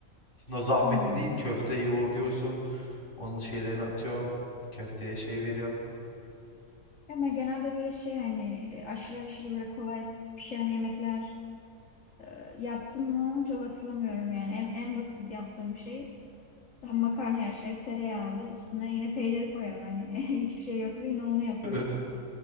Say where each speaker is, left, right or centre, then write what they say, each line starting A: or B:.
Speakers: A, on the left (about 40°); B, on the left (about 60°).
A: Şimdi o zahmetli
B: Hmm.
A: değil. Köfte yoğur diyorsun. Onun şeylerini atıyorsun. Köfteye şey veriyorsun.
B: Ama genelde böyle şey hani e, aşırı aşırı böyle kolay pişen yemekler e, yaptım mı çok hatırlamıyorum yani. En, en basit yaptığım şey tam makarna haşlayıp tereyağlı üstüne yine peyniri koyarım hani <laughs> hiçbir şey yoksa yine onu yaparım.
A: <laughs>